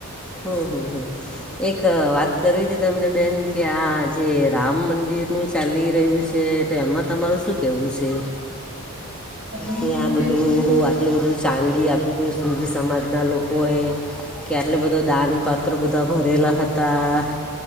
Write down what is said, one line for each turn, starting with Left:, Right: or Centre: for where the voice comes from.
Centre: હમ હમ હમ એક વાત કરવી હતી તમને બેન કે આ જે રામ મંદિર નું ચાલી રહ્યું છે તો એમાં તમારું શું કેવું છે?
Right: <inaudible>
Centre: ત્યા
Right: મંદિર
Centre: આ બધું
Right: નું
Centre: આટલું બધું ચાંદી આપ્યું હત સિંધી સમાજના લોકોએ કે આટલું બધું બધ દાન પાત્રો બધા ભરેલા હતા.